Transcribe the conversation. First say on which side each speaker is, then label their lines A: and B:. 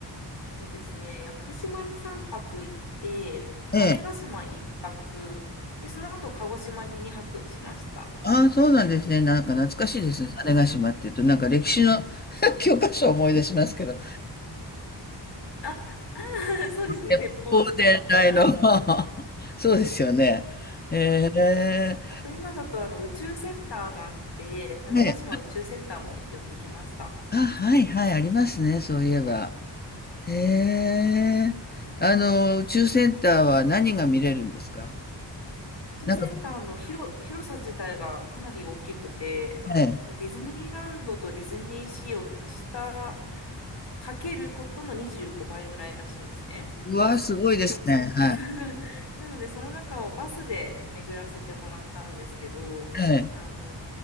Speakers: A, on the left; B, on the left.
A: そうですね。屋久島に3泊行って、
B: ええ。
A: 種子島1泊、で、その後鹿児島に2泊しました。
B: ああ、そうなんですね。なんか懐かしいですね。
A: うん。
B: 種子島っていうと、なんか歴史の <laughs> 教科書を思い出しますけど。
A: あ、あー、<laughs> そうですね。
B: 鉄砲伝来の
A: 鉄砲とかの、はい。
B: <laughs> そうですよね。ええ。
A: あと今だとあの宇宙センターがあって、種子島宇宙センターも寄ってきました。
B: ね、あ、はいはい、ありますね。そういえば。へえ。あの、宇宙センターは何が見れるんですか
A: 宇宙センターの広、
B: なんか、
A: 広さ自体がかなり大きくて、
B: ええ。
A: まあディズニーランドとディズニーシーを足した、かけることの25倍ぐらいらしいんですね。
B: うわ、すごいですね。
A: で、<laughs>
B: はい。
A: なのでその中をバスで巡らせてもらったんですけど、
B: ええ。
A: あの、